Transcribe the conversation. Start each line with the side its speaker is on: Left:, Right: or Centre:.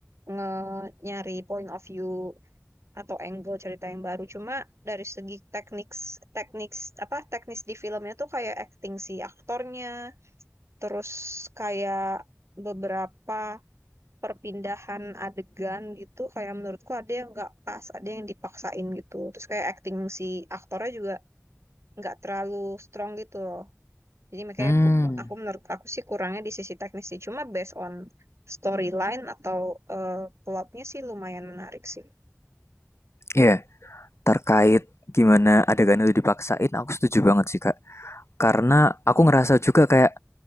Right: nge- nyari point of view atau angle cerita yang baru. Cuma dari segi teknik, teknik apa teknis di filmnya tuh kayak acting si aktornya, terus kayak beberapa perpindahan adegan gitu kayak menurutku ada yang nggak pas ada yang dipaksain gitu terus kayak acting si aktornya juga nggak terlalu strong gitu loh jadi makanya
Left: Hmm,
Right: aku, aku menurut aku sih kurangnya di sisi teknis sih cuma based on storyline atau eh, plotnya sih lumayan menarik sih
Left: iya, Yeah. terkait gimana adegan itu dipaksain, aku setuju banget sih, Kak. Karena aku ngerasa juga kayak